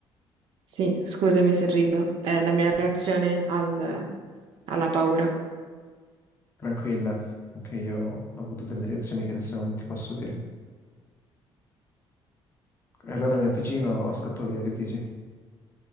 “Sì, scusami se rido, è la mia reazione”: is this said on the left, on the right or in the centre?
Right